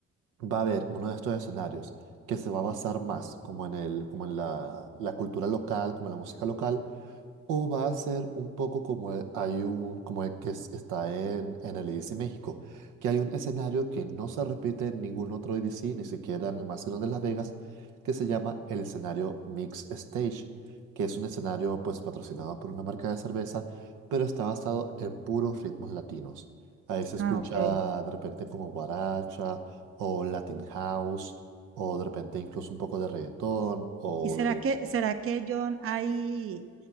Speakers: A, on the right; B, on the right.
A: va a haber uno de estos escenarios que se va a basar más como en el, como en la, la cultura local, como en la música local, o va a ser un poco como el, hay un, como el que es- está en, en el E D C México, que hay un escenario que no se repite en ningún otro E D C ni siquiera en el más grande de Las Vegas, que se llama el escenario Mix Stage, que es un escenario pues patrocinado por una marca de cerveza, pero está basado en puros ritmos latinos. Ahí se escucha
B: Ah, ok.
A: de repente como guaracha o Latin House, o de repente incluso un poco de reggaetón o
B: ¿Y será
A: de
B: que, será que, John, hay,